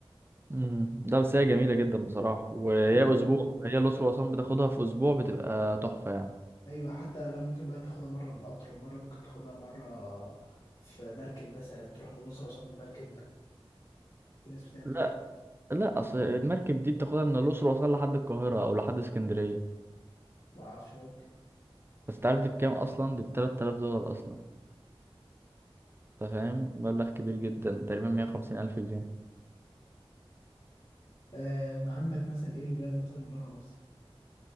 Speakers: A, on the right (about 25°); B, on the left (about 55°).
A: مم. ده بس هي جميلة جدا بصراحة وهي
B: أول
A: اسبوع هي الأقصر وأسوان بتاخدها في اسبوع بتبقى تحفة يعني
B: ايوه حتى لو ممكن بقى تاخدها مره بالقطر ومره ممكن تاخدها مره في مركب مثلا تروح من الأقصر أسوان بمركب في ناس بتعمل
A: لا
B: كده
A: لا اصل المركب دي بتاخدها من الأقصر وأسوان لحد القاهرة او لحد اسكندرية
B: ما اعرفش ممكن
A: بس تعرف دي بكام اصلا دي ب 3000 دولار اصلا انت فاهم مبلغ كبير جدا تقريبا 150 الف جنيه
B: آه عندك مثلا ايه البلاد مثلا اللي بره مصر